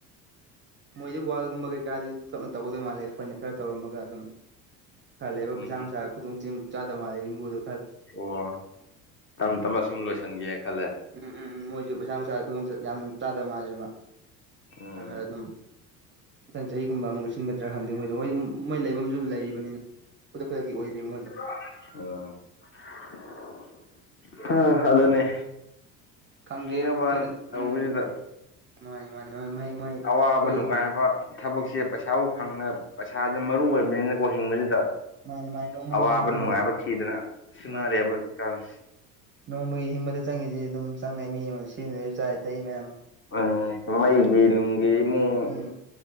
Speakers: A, on the right; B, on the left.
A: ꯃꯣꯏꯗꯤ ꯋꯥꯜꯒꯨꯝꯕ ꯀꯩꯀꯥꯗꯤ ꯐꯞꯅ ꯇꯧꯒꯗꯧ ꯃꯥꯜꯂꯦ ꯑꯩꯈꯣꯏꯅ ꯈꯔ ꯇꯧꯔꯝꯃꯒ ꯑꯗꯨꯝ <unintelligible>
B: ꯎꯝ
A: ꯄꯩꯁꯥ ꯅꯨꯡꯁꯥ ꯈꯨꯗꯣꯡ ꯆ ꯆꯥꯗꯕ ꯃꯥꯜꯂꯦ ꯌꯨꯝꯕꯨꯗꯨ
B: ꯑꯣ ꯇꯞꯅ ꯇꯞꯅ ꯁꯨꯝ ꯂꯣꯏꯁꯟꯒꯦ ꯈꯜꯂꯦ
A: ꯎꯝ ꯎꯝ ꯎꯝ ꯃꯣꯏꯁꯨ ꯄꯩꯁꯥ ꯅꯨꯡꯁꯥ ꯈꯨꯗꯣꯡ ꯆ ꯌꯥꯝ ꯆꯥꯗꯕ ꯃꯥꯜꯂꯦꯕ
B: ꯎꯝ
A: ꯈꯔ ꯑꯗꯨꯝ ꯃꯊꯪ ꯆꯍꯤꯒꯨꯝꯕ ꯑꯃꯨꯛ ꯂꯨꯞꯁꯤꯟꯒꯗ꯭ꯔꯥ ꯈꯪꯗꯦ ꯃꯣꯏꯗꯣ ꯃꯣꯏ ꯃꯣꯏ ꯂꯩꯐꯝꯁꯨ ꯂꯩꯔꯤꯕꯅꯤꯅ ꯈꯨꯗꯛ ꯈꯨꯗꯛꯀꯤ ꯑꯣꯏꯗꯔꯤꯕ ꯃꯣꯏꯗꯣ
B: <unintelligible> ꯑꯥ ꯑꯗꯨꯅꯦ
A: ꯈꯪꯗꯦ
B: ꯍꯤꯡꯅꯕꯅ
A: ꯊꯦꯡꯅ
B: ꯇꯧꯕꯁꯤꯗ
A: ꯎꯝ ꯃꯥꯅꯤ ꯃꯥꯅꯤ ꯍꯣꯏ ꯃꯣꯏ ꯃꯣꯏ
B: ꯑꯋꯥꯕ
A: ꯍꯣꯏ
B: ꯅꯨꯡꯉꯥꯏꯕ ꯊꯕꯛꯁꯦ ꯄꯩꯁꯥ ꯎ ꯐꯪꯅꯕ ꯄꯩꯁꯥꯖ‌ꯦ ꯃꯔꯨ ꯑꯣꯏꯕꯅꯤꯅꯀꯣ ꯍꯤꯡꯕꯖꯤꯗ
A: ꯃꯥꯅꯤ ꯃꯥꯅꯤ ꯅꯣꯡꯃꯒꯤ
B: ꯑꯋꯥꯕ
A: ꯄꯩꯁꯥ
B: ꯅꯨꯡꯉꯥꯏꯕ ꯊꯤꯗꯅ ꯁꯨꯅꯔꯦꯕ
A: ꯃꯥꯅꯤ
B: ꯍꯧꯖꯤꯛꯀꯥꯟꯁꯦ
A: ꯅꯣꯡꯃꯒꯤ ꯍꯤꯡꯕꯗ ꯆꯪꯉꯤꯁꯤ ꯑꯗꯨꯝ ꯆꯪꯉꯦ ꯃꯤ ꯑꯃ ꯁꯤꯖꯤꯟꯅꯔꯁꯨ ꯆꯥꯏ ꯊꯛꯏ ꯃꯌꯥꯝ
B: ꯎꯝ ꯅꯨꯡꯒꯤ ꯅꯨꯡꯒꯤ ꯏꯃꯨꯡ
A: ꯎꯝ